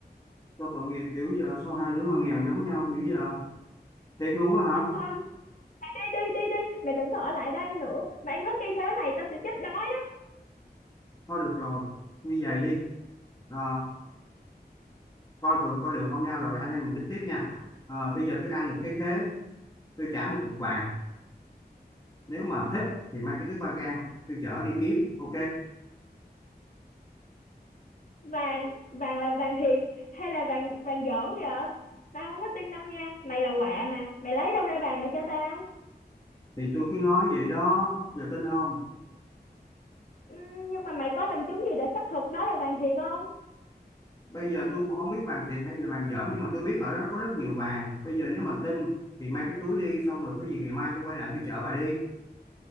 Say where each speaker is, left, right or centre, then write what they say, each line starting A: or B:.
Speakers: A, on the left (about 20°); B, on the left (about 50°).
A: Tôi tội nghiệp dữ giờ, sao hai đứa mà nghèo giống nhau dữ giờ? Thiệt luôn á hả?
B: thôi đi đi đi đi mày đừng có ở lại đây nữa mày ăn hết cây khế này tao sẽ chết đói
A: Thôi được rồi, như vậy đi, Ờ, coi thường coi được không nhau rồi anh em mình tính tiếp nha. Ờ, bây giờ tôi ăn một cái khế, tôi trả một cục vàng. nếu mà thích thì mang cái túi ba gang tôi chở đi kiếm ok
B: vàng vàng là vàng thiệt hay là vàng vàng giỡn vậy tao không có tin đâu nha mày là quạ mà mày lấy đâu ra vàng mà cho tao
A: thì tôi cứ nói vậy đó giờ tin không
B: Ừm, nhưng mà mày có bằng chứng gì để xác thực đó là vàng thiệt không
A: bây giờ tôi cũng không biết vàng thiệt hay là vàng dởm nhưng mà tôi biết ở đó có rất nhiều vàng bây giờ nếu mà tin thì mang cái túi đi xong rồi có gì ngày mai tôi quay lại tôi chở bà đi